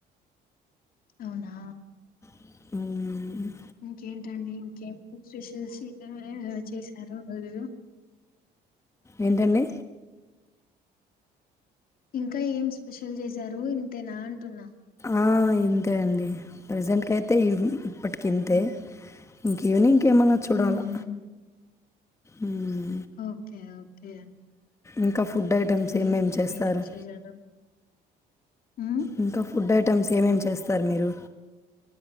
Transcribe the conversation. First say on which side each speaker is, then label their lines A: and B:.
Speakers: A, on the left; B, on the left.
A: అవునా
B: ఉమ్
A: ఇంకేంటండి ఇంకేం స్పెషల్స్ <inaudible> చేశారూ ఊ
B: ఏంటండీ
A: ఇంకా ఏం స్పెషల్ చేశారు. ఇంతేనా అంటున్నా.
B: ఆ ఇంతేనండి ప్రెజెంట్కయితే ఇది ఇప్పటి కింతే
A: హ్మ్.
B: ఇంకీవెనింగ్ కేమన్నా చూడాలా
A: హ్మ్. హ్మ్.
B: ఉమ్
A: ఓకే ఓ తే
B: ఇంకా ఫుడ్
A: ఇంకేంటండి
B: ఐటమ్స్ ఏమేమి చేస్తారు
A: ఏంటి విశేషాలు మ్మ్
B: ఇంకా ఫుడ్ ఐటమ్స్ ఏమేమి చేస్తారు మీరు